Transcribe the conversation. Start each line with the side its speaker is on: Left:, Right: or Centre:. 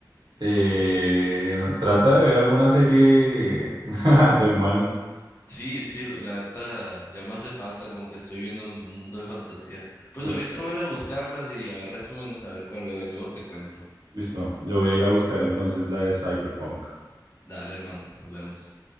Right: eh, trata de ver alguna serie <laughs> de humanos.
Left: Sí, sí, la la neta ya me hace falta, como que estoy viviendo un mundo de fantasía. Pues
Right: Mucho.
Left: ahorita voy a ir a buscarlas y a ver resúmenes, a ver cuál veo y luego te cuento.
Right: Listo, yo voy a ir a buscar entonces la de Cyberpunk.
Left: Dale, hermano, nos vemos.